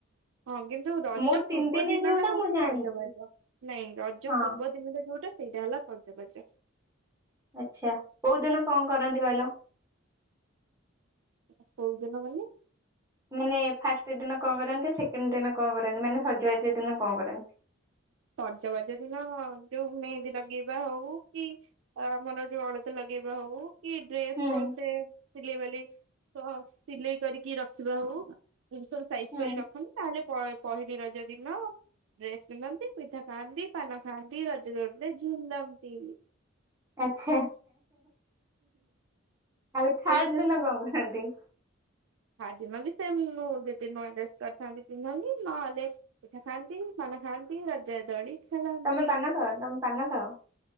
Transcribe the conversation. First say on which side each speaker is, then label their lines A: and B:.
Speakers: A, on the right; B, on the right.
A: ହଁ, କିନ୍ତୁ ରଜ
B: ମୁଁ ତିନି
A: ପୂର୍ବ
B: ଦିନି
A: ଦିନ
B: ଯୋଉଟା
A: ଟା ହଉଛି
B: ମୁଁ ଜାଣିଛି
A: ସଜବାଜ। ନାଇଁ, ରଜ
B: ହଁ
A: ପୂର୍ବ ଦିନଟା ଯୋଉଟା ସେଇଟା ହେଲା ସଜବାଜ।
B: ଆଚ୍ଛା, କୋଉ ଦିନ କଣ କରନ୍ତି କହିଲ?
A: କୋଉ ଦିନ ମାନେ?
B: ମାନେ, ଫାଷ୍ଟ ଦିନ କଣ କରନ୍ତି? ସେକେଣ୍ଡ ଦିନ କଣ କରନ୍ତି? ମାନେ, ସଜବାଜ ଦିନ କଣ କରନ୍ତି?
A: ସଜବାଜ ଦିନ ଯୋଉ, ମେହେନ୍ଦୀ ନଗେଇବା ହଉ, କି ଆମର ଯୋଉ ଅଳତା ଲଗେଇବା ହଉ କି, ଡ୍ରେସ୍
B: ହୁଁ
A: ଭଲସେ ସିଲେଇ ବାଲେଇ ତ ସିଲେଇ କରିକି ରଖିବା ହଉ, ଇଁତି ସବୁ ସାଇଜ
B: ହୁଁ
A: କରି ରଖନ୍ତି। ତା, ହେଲେ ପ-ପହିଲି ରଜ ଦିନ ଡ୍ରେସ୍ ପିନ୍ଧନ୍ତି, ପିଠା ଖାଆନ୍ତି, ପାନ ଖାଆନ୍ତି, ରଜ ଦୋ ରେ ଝୁଲମ୍ ନ୍ତି।
B: ଆଛା, ଆଉ ଥାର୍ଡ
A: ତମେ
B: ଦିନ କଣ କରନ୍ତି?
A: ଥାର୍ଡ଼ ଦିନବି ସେମନୁ ଯଦି ନୂଆ ଡ୍ରେସ୍ କରିଥାନ୍ତି, ପିନ୍ଧନ୍ତି ନହେଲେ ପିଠା ଖାଆନ୍ତି, ପାନ ଖାଆନ୍ତି, ରଜ ଦୋଳି ଖେଳନ୍ତି।
B: ତମେ ପାନ ଖାଅ, ତମେ ପାନ ଖାଅ।